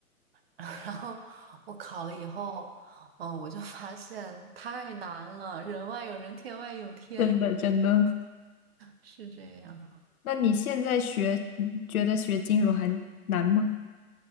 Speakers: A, on the right; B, on the left.
A: <laughs> 然后我考了以后，嗯，我就发现太难了，人外有人，天外有天。
B: 真的真的。
A: 是这样啊。
B: 那你现在学，你觉得学金融还难吗？